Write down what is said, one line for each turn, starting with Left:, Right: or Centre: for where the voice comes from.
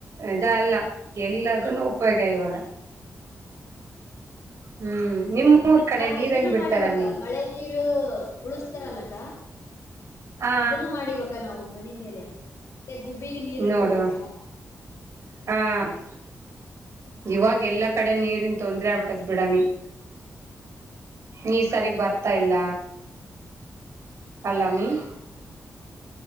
Right: ಇದ ಅಲ್ಲ ಎಲ್ಲದನು ಉಪಯೋಗ ಇವಾಗ? <inaudible>
Left: ಹ <inaudible>
Right: ಹ್ಮ್
Left: ಹಾ ಅಕ್ಕಾ
Right: ನಿಮ್ಮೂರ್ ಕಡೆ
Left: ನಾವು
Right: ನೀರ್
Left: ಇದನ್ನು
Right: ಹೆಂಗ್ ಬಿಡ್ತಾರಮ್ಮಿ
Left: ಮಾಡಿವ ಅಕ್ಕ ಮಳೆ <inaudible> ನೀರು ಉಳಸ್ತಾರಲ್ಲ ಅಕ್ಕ
Right: ಹಾ
Left: ಅದನ್ನು ಮಾಡಿವ ಅಕ್ <inaudible> ಅಕ್ಕ ನಾವು ಮನೆ ಮೇಲೆ ಗುಬ್ಬಿಗೆ ನೀರ್ ಇಡ್ತಿವ
Right: ನೋಡು
Left: ಅಕ್ಕಾ. <inaudible>
Right: ಹಾ <inaudible> ಇವಾಗ ಎಲ್ಲಾ ಕಡೆ ನೀರಿನ್ ತೊಂದ್ರೆ ಆಗಬಿಟ್ಟದ ಬಿಡಮಿ. <inaudible> ನೀರ ಸರಿಗ್
Left: ಹೌದಕ್ಕ
Right: ಬರ್ತಾ ಇಲ್ಲ ಅಲ್ಲಾ ಅಮಿ. <inaudible>
Left: ಹಾ ಅಕ್ಕ